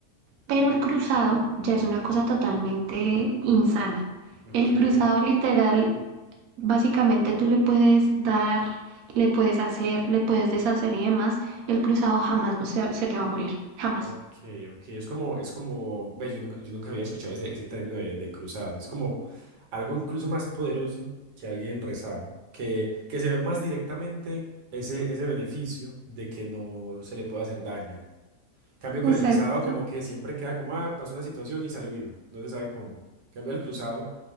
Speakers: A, on the right; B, on the right.
A: Pero el
B: ok.
A: cruzado ya es una cosa totalmente insana.
B: Ok.
A: El cruzado literal, básicamente tú le puedes dar, le puedes hacer, le puedes deshacer y demás. El cruzado jamás o sea, se te va a morir, jamás.
B: Ok, ok. Es como, es como, ves, yo nunca, yo nunca había escuchado ese, ese término de, de cruzado. Es como algo incluso más poderoso que alguien rezado, que, que se ve más directamente ese, ese beneficio de que no se le puede hacer daño. Cambio con
A: Exacto.
B: el rezado, como que siempre queda como, ah, pasó una situación y salió vivo, no se sabe cómo. Cambio al cruzado,